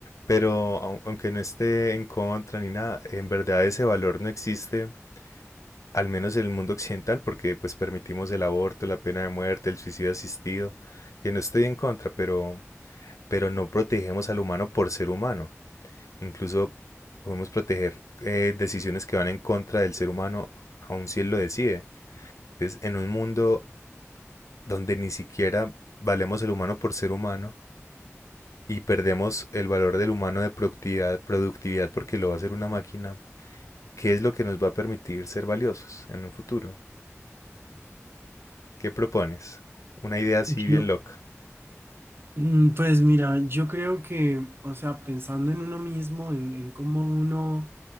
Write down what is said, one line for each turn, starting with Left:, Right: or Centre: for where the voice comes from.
Left: pero au- aunque no esté en contra ni nada, en verdad ese valor no existe Al menos en el mundo occidental, porque pues permitimos el aborto, la pena de muerte, el suicidio asistido, que no estoy en contra, pero, pero no protegemos al humano por ser humano. Incluso podemos proteger eh, decisiones que van en contra del ser humano, aun si él lo decide. Entonces, en un mundo donde ni siquiera valemos el humano por ser humano y perdemos el valor del humano de productividad, productividad porque lo va a hacer una máquina, ¿qué es lo que nos va a permitir ser valiosos en un futuro? ¿Qué propones? Una idea así
Right: Yo-
Left: bien loca.
Right: Mm, Pues mira, yo creo que, o sea, pensando en uno mismo, en, en cómo uno,